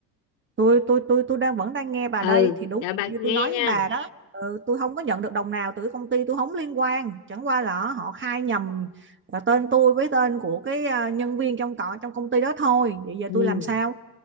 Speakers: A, on the right (about 25°); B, on the left (about 70°).
A: tôi tôi tôi tôi đang vẫn đang nghe bà
B: ừ
A: đây thì đúng
B: rồi bà
A: như
B: nghe
A: tôi nói
B: nha
A: với bà đó ừ, tôi không có nhận được đồng nào từ công ty tôi không liên quan chẳng qua là họ khai nhầm ờ, tên tôi với tên của cái ờ, nhân viên trong cọ trong công ty đó thôi vậy giờ
B: ừ.
A: tôi làm sao